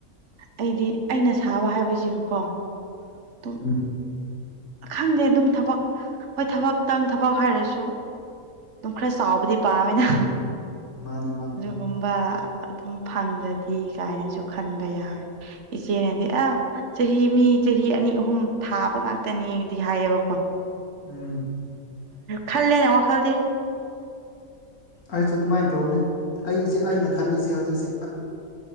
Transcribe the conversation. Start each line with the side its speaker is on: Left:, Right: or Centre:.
Right: ꯑꯩꯗꯤ ꯑꯩꯅ ꯁꯥꯕ ꯍꯥꯏꯕꯁꯤꯕꯨꯀꯣ ꯑꯗꯨꯝ
Left: ꯎꯝ
Right: ꯈꯪꯗꯦ ꯑꯗꯨꯝ ꯊꯕꯛ ꯍꯣꯏ ꯊꯕꯛꯇꯪ ꯊꯕꯛ ꯍꯥꯏꯔꯁꯨ ꯑꯗꯨꯝ ꯈꯔ ꯆꯥꯎꯥꯎꯕꯗꯤ ꯄꯥꯝꯃꯦꯅ
Left: ꯃꯥꯅꯦ ꯃꯥꯅꯤ
Right: ꯒꯨꯝꯕ ꯑꯗꯨꯝ ꯐꯪꯗꯗꯤ ꯀꯥꯏꯅꯁꯨ ꯈꯟꯕ ꯌꯥꯎꯋꯦ ꯏꯆꯦꯅꯗꯤ ꯑ ꯆꯍꯤ ꯃꯤ ꯆꯍꯤ ꯑꯅꯤ ꯑꯍꯨꯝ ꯊꯥꯕ ꯑꯩꯣꯏ ꯉꯥꯛꯇꯅꯤꯗꯤ ꯍꯥꯏꯌꯦꯕꯀꯣ
Left: ꯎꯝ
Right: ꯈꯜꯂꯦꯅꯦ ꯋꯥꯈꯜꯗꯤ
Left: ꯑꯩꯁꯨ ꯑꯗꯨꯃꯥꯏꯅ ꯇꯧꯅꯤ ꯑꯩꯁꯦ ꯑꯩꯅ ꯈꯜꯂꯤꯁꯤ ꯍꯧꯖꯤꯛꯁꯤ